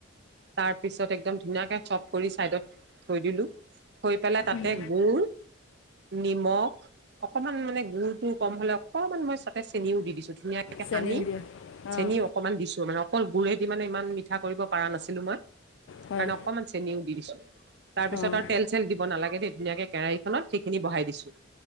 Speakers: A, on the right (about 55°); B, on the left (about 75°).
A: তাৰপিছত একদম ধুনাকে চব কৰি চাইডত থৈ দিলো থৈ পেলাই তাতে
B: অঁ
A: গুুৰ নিমখ অকমান মানে গুডুৰ তটো কম হলে অকণমান মই তাতে চেনিও দি দিছো ধুনীয়া তাকে
B: চেনী
A: সানি
B: উলিয়াই
A: চেনি
B: অঁ
A: অকনমান দিছো মানে অকল গুৰেেদি মানে ইমান মিঠা কৰিব পৰা নাছিলো মই
B: হয়
A: কাৰণে অকমান চেনিও দি দিছো তাৰপিছত
B: অঁ
A: আৰু তেল চেল দিব নালাগে দেই ধুনীয়াকে কেৰাহীখনত সেইখিনি বহাই দিছো